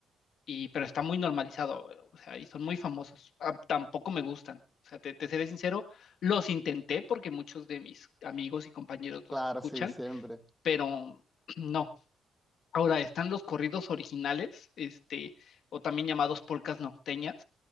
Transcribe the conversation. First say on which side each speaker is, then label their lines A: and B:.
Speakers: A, on the left; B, in the centre.
A: y, pero está muy normalizado. O sea, y son muy famosos. Ah, tampoco me gustan. O sea, te, te seré sincero, los intenté porque muchos de mis amigos y compañeros los
B: Claro,
A: escuchan,
B: sí, siempre.
A: pero <clears throat> no. Ahora están los corridos originales, este, o también llamados polcas norteñas,